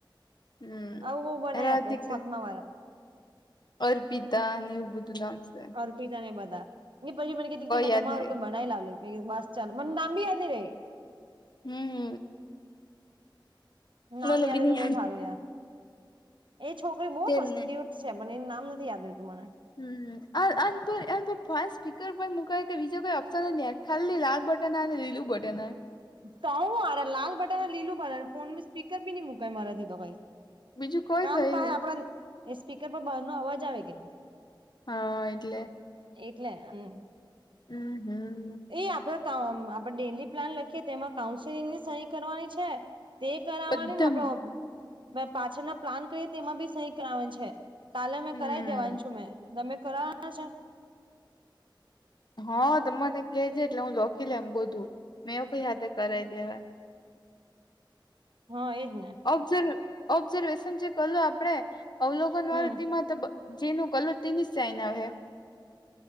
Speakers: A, on the left; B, on the right.
A: હમ્મ
B: આવું બહુ બનાવી
A: રાધિકા
B: આપે છાપમાં વાળા
A: અર્પીતા ને એવું બધું નામ સે
B: અી ને બધાને પછી મને ક તી મેં
A: યાદ
B: તમારું
A: નહી રે
B: કોઈ બનાવી લાવ લે બસ ચાલ મને લાઆદી રહી.
A: હમ.
B: નામ
A: મને
B: યાદ
A: બી નહી
B: તો બહુ સારું યાર એ છોકરી બહુ
A: તેજ
B: મસ્ત
A: ને
B: ક્યુટ છે. પણને એનું નામ નથી. યાદ રતું મને
A: હમ ફ સ્પીકર પણ મુાય કે બીજા કોઈ ઓપશન ને ખાલી લાલ બટન અનેને લીલું બટન હ
B: તોું હાર લાલ બટન લીલું બટન ફોન સ્પીકર ભી નઈ મુકાય મારાથી તો કઈ
A: બીજું કોઈ
B: કામ
A: થઈ
B: તો
A: નહી
B: હ આપડા એ સ્પીકર પર બહારનો આવે કે
A: હા. એટલે
B: એટલે હમ
A: હમ હમ.
B: એ આપડે આપડે ડેલી પ્લાન લખીએ, તો એમાં કાઉન્સેલિંગની સહી કરવાની છે. તે કરાવવાની
A: બધામાં
B: ને આપડ પાછળના પ્લાન કરીએ તેમાં બી સહી કરાવવાની છે. કાલે મેં
A: હમ
B: કરાવી દેવાની છું. મેં ગમે કરવાના છે.
A: હા તો મને કેજે એટલે હું લખી લેમ બધું મેં એ પણી હાથે કરાવી દેવા
B: હા એજ ને
A: ઓબ્ઝર્વ ઓબ્ઝર્વેશન જે કલું આપડણે અવલોકન
B: હમ
A: વારૃતિમાં તો જેનું કલર તેની સાઈ ના હ